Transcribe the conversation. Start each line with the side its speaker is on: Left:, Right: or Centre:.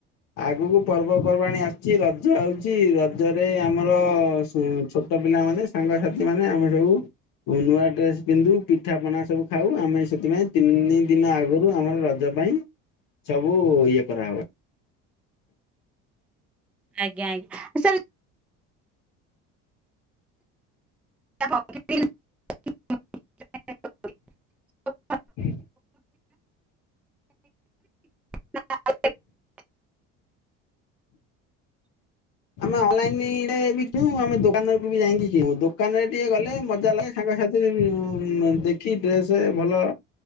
Left: ଆଗକୁ ପର୍ବପର୍ବାଣିୀ ଆସିଛି ରଜ ଆଉଛି ରଜରେ ଆମର ଛୋ ଛୋଟ ପିଲାମାନେ ସାଙ୍ଗସାଥି ମାନେ ଆମେ ସବୁ। ନୂଆ ଡ୍ରେସ ପିନ୍ଧୁ ପିଠା ପଣା ସବୁ ଖାଉ ଆମେ ସେଥିପାଇଁ ତିନି ଦିନ ଆଗରୁ ଆମର ର ରଜ ପାଇଁ ସବୁ ଇଏ କରା ହବ।
Centre: ଆଜ୍ଞା ଆଜ୍ଞା। ସାର୍ <inaudible>
Left: ହୁଁ।
Centre: <inaudible>
Left: ଆମେ ଅନଲାଇନ ବି କଉ ଆମେ ଦୋକାନକୁ ବି ଯାଇକି କିଣୁ ଦୋକାନରେ ଟିକେ ଗଲେ ମଜା ଲାଗେ। ସାଙ୍ଗ ସାଥି ଦେଖି ଡ୍ରେସ ଭଲ